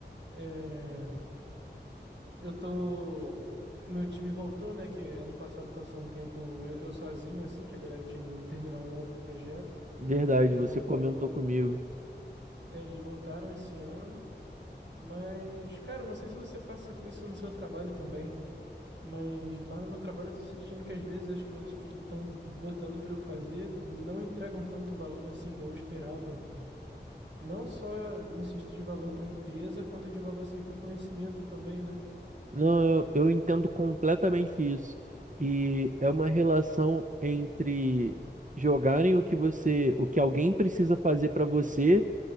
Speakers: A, on the right; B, on the right.
A: É, eu tô. Meu time voltou, né? Que ano passado passou um tempo eu, eu sozinho, assim, que a galera tinha ido terminar um outro projeto.
B: Verdade,
A: Eles
B: você
A: voltaram.
B: comentou comigo.
A: é, Eles voltaram esse ano. Mas, cara, não sei se você passa com isso no seu trabalho também. Mas lá no meu trabalho eu tô sentindo que às vezes as coisas que estão botando pra eu fazer não entregam tanto valor assim, igual eu esperava, cara. Não só no sentido de valor pra empresa, quanto de valor, assim, pro conhecimento também, né?
B: Não, eu, eu entendo completamente isso. E é uma relação entre jogarem o que você, o que alguém precisa fazer pra você